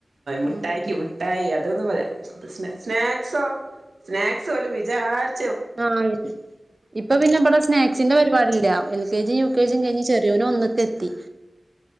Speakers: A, on the right; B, on the right.
A: മിഠായിക്ക്
B: ഉം
A: മി ട്ടായി അതൊന്ന് പറയാ സ്നാക്സോ സ്നാക്സ് പോലും വിചാരി
B: ആഹ് ഇപ്പൊ പിന്നെ ഇവടെ സ്നാക്സിന്റെ പരിപാടില്ല എൽ കെ ജിയും യു കെ ജിയും കഴിഞ്ഞ് ചെ റിയോൻ ഒന്ന്ക്കെത്തി